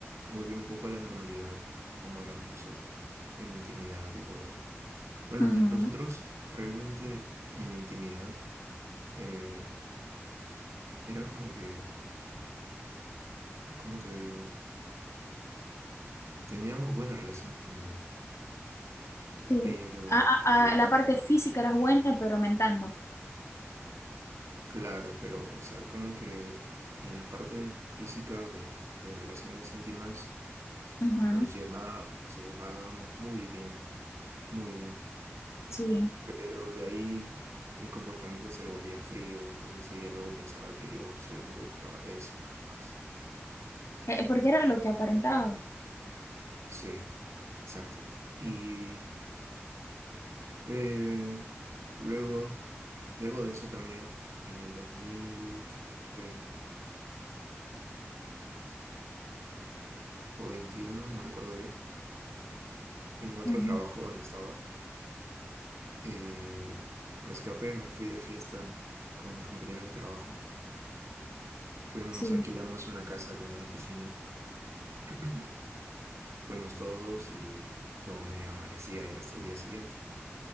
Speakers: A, on the right; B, on the left.
A: volvió un poco a la normalidad, como éramos nosotros, en la intimidad y todo. Bueno,
B: Ujú.
A: nos- nosotros realmente en la intimidad eh, era como que, ¿cómo te digo? Teníamos buena relación de intimidad,
B: Sí,
A: pero
B: a, a- a- la parte física era buena, pero mental no.
A: claro, pero o sea, como que en la parte física de, de relaciones íntimas
B: Ujú.
A: nos llevaba, nos llevábamos muy bien, muy bien.
B: Sí,
A: Pero de ahí mi comportamiento se volvía frío, entonces ella luego pensaba que yo solamente buscaba eso, nada más.
B: Eh, porque era lo que aparentaba.
A: Sí, exacto. Y eh, luego, luego de eso también, en el dos mil veintidós o 21 no recuerdo bien, en otro
B: Ujú.
A: trabajo donde estaba, eh, me escapé, me fui de fiesta con mis compañeros de trabajo. Fuimos,
B: Sí,
A: alquilamos una casa con una piscina <clears throat> Fuimos todos y yo me amanecí ahí hasta el día siguiente.